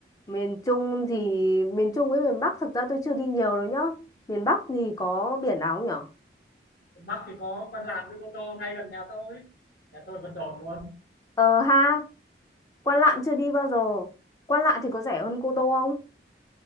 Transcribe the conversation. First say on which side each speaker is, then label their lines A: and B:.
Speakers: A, on the left; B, on the left.
A: Miền Trung thì, miền Trung với miền Bắc thực ra tôi chưa đi nhiều đâu nhá. Miền Bắc thì có biển nào không nhở?
B: miền Bắc thì có Văn Lãng với Cô Tô ngay gần nhà tôi nhà tôi Vân Đồn luôn
A: Ờ ha, Quan Lạn chưa đi bao giờ. Quan Lạn thì có rẻ hơn Cô Tô không?